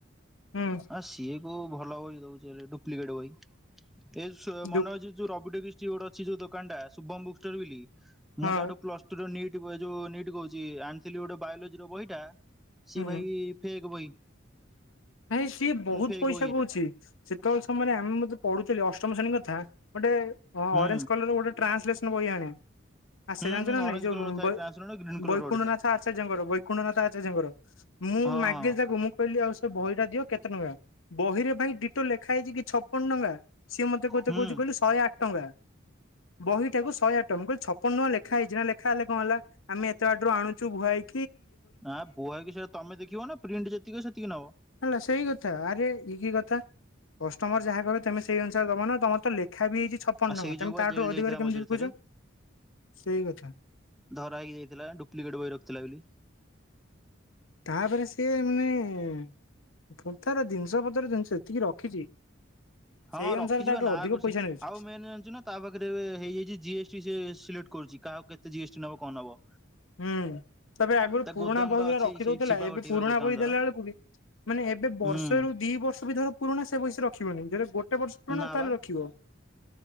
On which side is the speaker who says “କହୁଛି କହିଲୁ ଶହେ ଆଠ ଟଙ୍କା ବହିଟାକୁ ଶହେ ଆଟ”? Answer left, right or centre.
Left